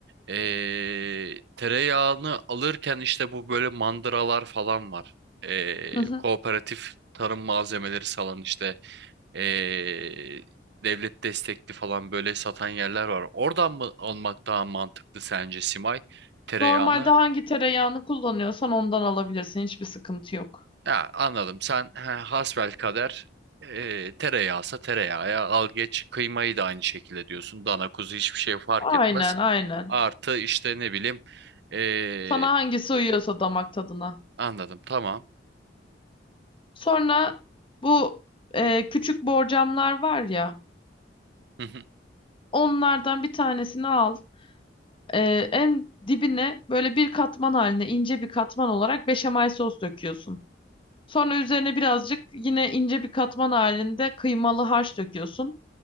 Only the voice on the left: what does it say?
Hı hı.
Normalde hangi tereyağını kullanıyorsan ondan alabilirsin. Hiçbir sıkıntı yok.
Aynen,
aynen.
Sana hangisi uyuyorsa damak tadına.
Sonra bu e, küçük borcamlar var ya,
onlardan bir tanesini al. E, en dibine böyle bir katman haline, ince bir katman olarak beşamel sos döküyorsun. Sonra üzerine birazcık yine ince bir katman halinde kıymalı harç döküyorsun.